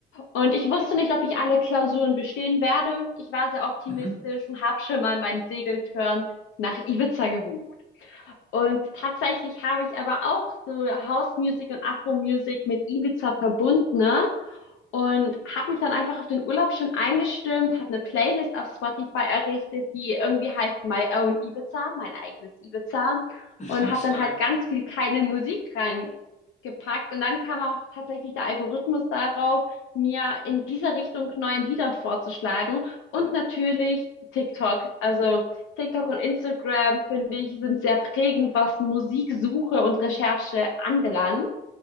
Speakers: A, on the left; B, on the left.
A: und ich wusste nicht, ob ich alle Klausuren bestehen werde. Ich war sehr optimistisch
B: Mhm.
A: und habe schon mal meinen Segeltörn nach Ibiza gebucht. Und tatsächlich habe ich aber auch so House Music und Afro Music mit Ibiza verbunden ne? Und habe mich dann einfach auf den Urlaub schon eingestimmt, habe eine Playlist auf Spotify errichtet, die irgendwie heißt My Own Ibiza, mein eigenes Ibiza.
B: <laughs>
A: Und habe
B: Stark.
A: dann halt ganz viel keine Musik reingepackt. Und dann kam auch tatsächlich der Algorithmus darauf, mir in dieser Richtung neue Lieder vorzuschlagen. Und natürlich TikTok. Also TikTok und Instagram, finde ich, sind sehr prägend, was Musiksuche und Recherche anbelangt.